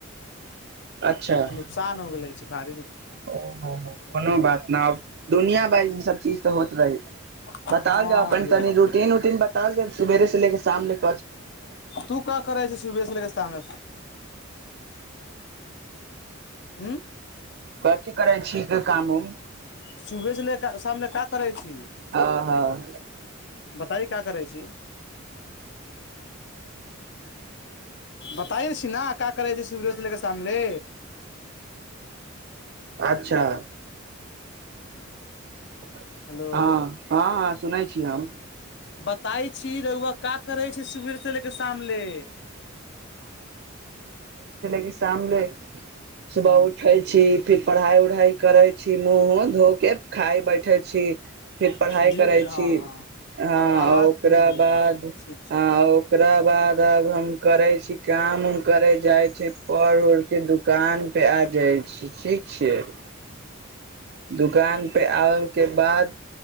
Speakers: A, on the right; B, on the left.
A: अच्छा
B: <unintelligible> <unintelligible> नुकसान हो गेललै। भार।
A: ओ कोनो बात न, अब दुनिया बइ ई सब चीज तऽ होइत रहै।
B: हँ
A: बताबल जाउ, अपन तनी रूटीन
B: य
A: उटीन बता जाउ, सबेरे से लेके शाम लेके?
B: तू क करै छै, शभस लकेस्त हमने? हँ।
A: कथी करै छी, काम उम?
B: सुबह से ले क शाम ल क करै छी,
A: हँ हँ
B: बताइ क करै छी। बताय छी ने, का करै छी, सुबेरे से ले के साममे।
A: अच्छा! हँ,
B: हेलो
A: हँ, हँ, सुनै छी हम।
B: बताइ छी, रहुुआ का करै छै, सबेरे से लेके शाम ले?
A: ई सामले सुबह
B: हूँ
A: उठै छी। फिर पढ़ाइ उढ़ाइ करै छी, मुँह उँ धोक के खााय बैठै छी। फिर पढ़ाइ
B: धीरे
A: करै
B: धीरे हँ
A: छी,
B: हँ
A: हँ
B: आ आवाज
A: ओकरा
B: धीरे धीरे
A: बाद
B: हँ
A: ह।
B: ठीक छै
A: ओकरा बाद आब हम। करै। काम उम करे जाइ छै, पढ़ उढ़ के दुख। कान पे आ जाइ छी ठीक छियै। दुकान प आयके बाद।